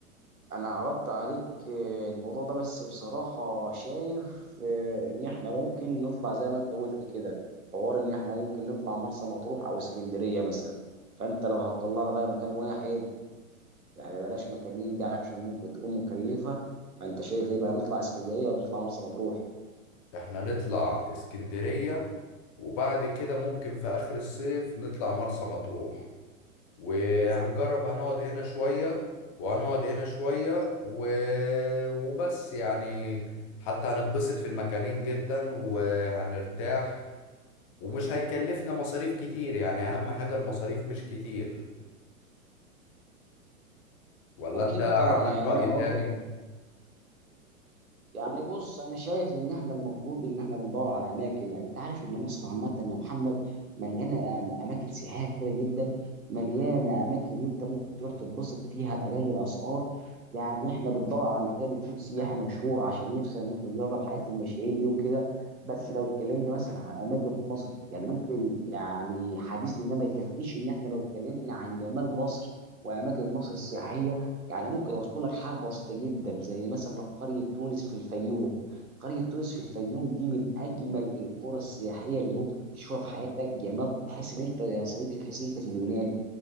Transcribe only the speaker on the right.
انا عرضت عليك آه، الموضوع ده بس بصراحة شايف آه، ان احنا ممكن نطلع زي ما انت قلت كده حوار ان احنا ممكن نطلع مرسى مطروح او اسكندرية مثلا فانت لو هتطلعنا بقى مكان واحد يعني بلاش مكانين دي عشان ممكن تكون مكلفة فانت شايف ايه بقى نطلع اسكندرية ولا نطلع مرسى مطروح
اكيد
طبعا يعني
انا برضه
يعني بص انا شايف ان احنا المفروض ان احنا بندور على اماكن يعني انت عارف ان مصر عامه يا محمد مليانه أم- اماكن سياحيه كتيره جدا مليانه اماكن ان انت ممكن تروح تتبسط فيها باقل الاسعار يعني احنا بندور على مكان يكون سياحي مشهور عشان نفسنا ان احنا نجرب حياه المشاهير دي وكده بس لو اتكلمنا مثلا عن اماكن في مصر يعني ممكن يعني حديثنا ده ما يكفيش ان احنا لو اتكلمنا عن جمال مصر واماكن مصر السياحيه يعني ممكن اذكر لك حاجه بسيطه جدا زي مثلا قريه تونس في الفيوم قريه تونس في الفيوم دي من اجمل القرى السياحيه اللي ممكن تشوفها في حياتك جمال تحس ان انت يا صديقي تحس ان انت في اليونان